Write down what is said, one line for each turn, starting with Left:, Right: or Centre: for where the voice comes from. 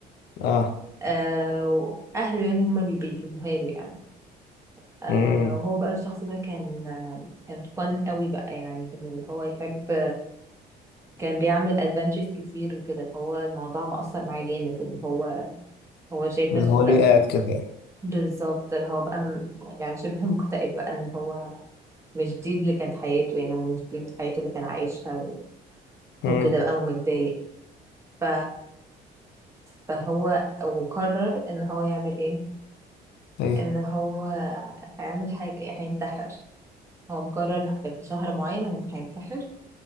Left: اه
Right: آه وأهله يعني هما اللي بيجيبوها له يعني آه
Left: امم
Right: وهو بقى الشخص ده كان آه، كان فن قوي بقى يعني كان اللي هو يحب كان بيعمل ادفنتشرز كتير وكده هو الموضوع مأثر معاه جامد اللي هو هو شايف
Left: اللي
Right: نفسه
Left: هو
Right: لا
Left: ليه قاعد كده يعني
Right: بالظبط اللي هو بقى م- يعني شبه مكتئب بقى اللي هو مش دي اللي كانت حياته يعني ومش دي حياته اللي كان عايشها و-
Left: امم
Right: وكده بقى ومتضايق ف... فهو وقرر ان هو يعمل ايه
Left: ايه
Right: ان هو هيعمل حاجة هينتحر هو مقرر في شهر معين انه هينتحر